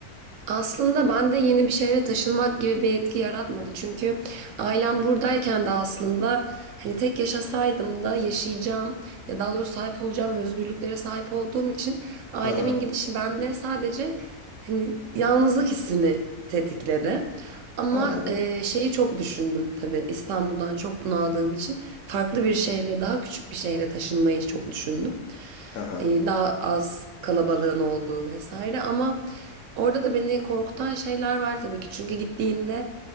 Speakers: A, on the right; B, on the left.
A: aslında bende yeni bir şehre taşınmak gibi bir etki yaratmadı. Çünkü ailem buradayken de aslında hani tek yaşasaydım da yaşayacağım ya daha doğrusu sahip olacağım özgürlüklere sahip olduğum için ailemin
B: Ha ha,
A: gidişi bende sadece hani yalnızlık hissini tetikledi. Ama
B: anladım.
A: e, şeyi çok düşündüm tabii İstanbul'dan çok bunaldığım için farklı bir şehre daha küçük bir şehre taşınmayı çok düşündüm
B: Ha ha,
A: e, daha az kalabalığın olduğu vesaire ama orada da beni korkutan şeyler var tabii ki. Çünkü gittiğinde